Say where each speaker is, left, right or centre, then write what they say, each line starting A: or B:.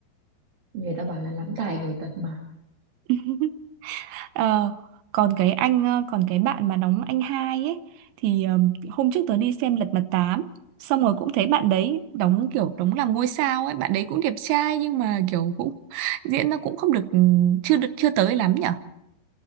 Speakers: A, on the right; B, on the right.
A: Người ta bảo là lắm tài nhiều tật mà.
B: <laughs> Ờ, còn cái anh ờ, còn cái bạn mà đóng anh hai ấy thì ờ, hôm trước tớ đi xem Lật Mặt tám xong rồi cũng thấy bạn đấy đóng kiểu đóng làm ngôi sao ấy bạn đấy cũng đẹp trai nhưng mà kiểu cũng diễn nó cũng không được ừ, chưa được chưa tới lắm nhở